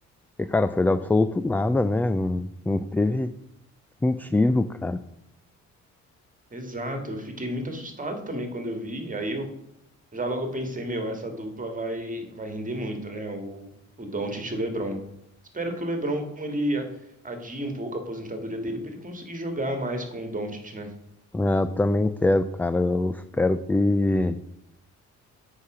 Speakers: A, in the centre; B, on the right (about 25°).
A: Porque, cara, foi do absoluto nada, né? Não, não teve sentido, cara.
B: Exato, eu fiquei muito assustado também quando eu vi. Aí Já logo eu pensei, meu, essa dupla vai vai render muito, né? O, o Doncic e o LeBron. Espero que o LeBron ele a- adie um pouco a aposentadoria dele para ele conseguir jogar mais com o Doncic, né?
A: É, Eu também quero, cara. Eu espero que,